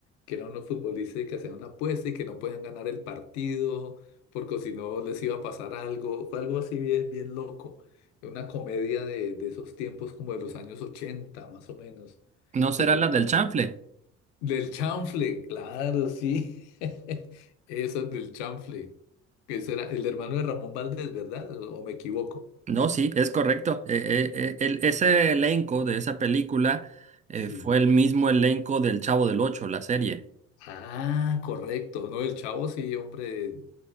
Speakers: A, on the left; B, on the right.
A: que eran unos futbolistas y que hacían una apuesta y que no podían ganar el partido porque si no les iba a pasar algo. Fue algo así bien, bien loco. Una comedia de, de esos tiempos como de los años 80 más o menos
B: ¿No será
A: que salió
B: la del
A: del,
B: chanfle?
A: del chanfle, claro, sí. <laughs> Esas del chanfle, que será el hermano de Ramón Valdés, ¿verdad? ¿O me equivoco?
B: No, sí, es correcto. Eh, eh, eh, el- ese elenco de esa película eh,
A: Sí.
B: fue el mismo elenco del Chavo del Ocho, la serie.
A: Ah, correcto. No, el Chavo sí, hombre,